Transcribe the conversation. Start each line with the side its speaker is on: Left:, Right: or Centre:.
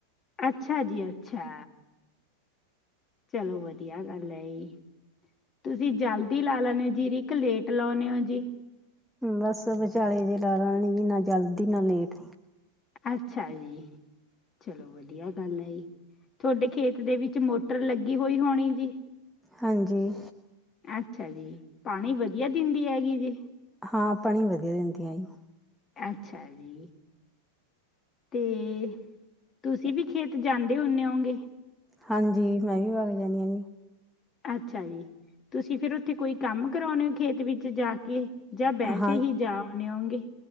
Left: ਅੱਛਾ ਜੀ ਅੱਛਾ। ਚੱਲੋ ਵਧੀਆ ਗੱਲ ਹੈ ਜੀ। ਤੁਸੀਂ ਜਲਦੀ ਲਾ ਲਓਨੇ ਜੀਰੀ ਕੇ ਲੇਟ ਲਉਂਨੇ ਔ ਜੀ।
Centre: ਬਸ ਵਿਚਾਲੇ ਜੇ ਲਾ ਲਨੀ ਜੀ ਨਾ ਜਲਦੀ ਨਾ ਲੇਟ।
Left: ਅੱਛਾ ਜੀ। ਚਲੋ ਵਧੀਆ ਗੱਲ ਹੈ ਈ। ਤੁਹਾਡੇ ਖੇਤ ਦੇ ਵਿੱਚ ਮੋਟਰ ਲੱਗੀ ਹੋਈ ਹੋਣੀ ਜੀ।
Centre: ਹਾਂਜੀ।
Left: ਅੱਛਾ ਜੀ ਪਾਣੀ ਵਧੀਆ ਦਿੰਦੀ ਹੈਗੀ ਜੀ।
Centre: ਹਾਂ ਪਾਣੀ ਵਧੀਆ ਦਿੰਦੀ ਹੈਗੀ।
Left: ਅੱਛਾ ਜੀ। ਤੇ ਤੁਸੀਂ ਵੀ ਖੇਤ ਜਾਂਦੇ ਹੁੰਣੇ ਹੋਗੇ।
Centre: ਹਾਂਜੀ ਮੈਂ ਵੀ ਵੱਗ ਜਾਂਦੀ ਹਾਂ ਜੀ।
Left: ਅੱਛਾ ਜੀ ਤੁਸੀਂ ਫਿਰ ਉੱਥੇ ਕੋਈ ਕੰਮ ਕਰਾਉਣੇ ਹੋ ਖੇਤ ਵਿੱਚ ਜਾ ਕੇ। ਜਾਂ ਵੈਸੇ
Centre: ਹਾਂ
Left: ਹੀ ਜਾ ਆਉਣੇ ਹੋਉਗੇ।